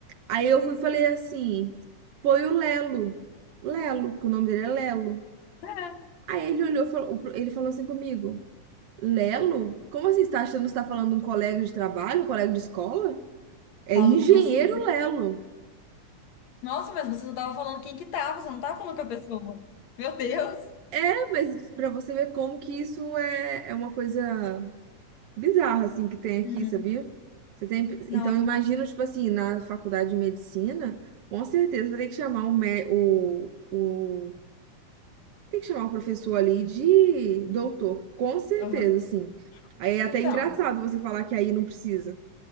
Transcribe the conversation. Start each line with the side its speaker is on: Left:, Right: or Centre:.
Right: Aí eu fui e falei assim: "Foi o Lelo". Lelo, que o nome dele é Lelo.
Left: É.
Right: Aí ele olhou, e falou- ele falou assim comigo: "Lelo? Como assim? Você tá achando que você tá falando de um colega de trabalho, um colega de escola? É
Left: Falo
Right: engenheiro
Left: com você.
Right: Lelo".
Left: Nossa, mas você só tava falando quem que tava, você não tava falando com a pessoa. Meu Deus!
Right: É, mas pra você ver como que isso é, é uma coisa bizarra, assim, que tem
Left: Uhum.
Right: aqui, sabia? Você tem,
Left: Não,
Right: então,
Left: aqui.
Right: eu imagino, tipo assim, na faculdade de medicina, com certeza vai ter que chamar o, mé- o, o- tem que chamar o professor ali de doutor, com certeza,
Left: Aham.
Right: assim. Aí é até
Left: Então.
Right: engraçado você falar que aí não precisa.